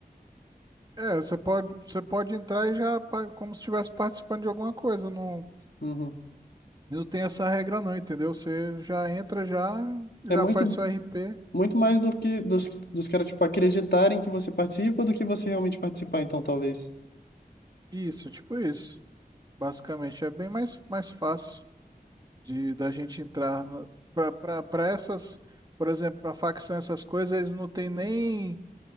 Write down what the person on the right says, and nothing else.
É, você pode, você pode entrar e já pa- como se estivesse participando de alguma coisa. Não,
não tem essa regra não, entendeu? Você já entra, já, já
faz seu RP.
Isso, tipo isso. Basicamente é bem mais, mais fácil. de da gente entrar para essas, por exemplo, para facção essas coisas, eles não tem nem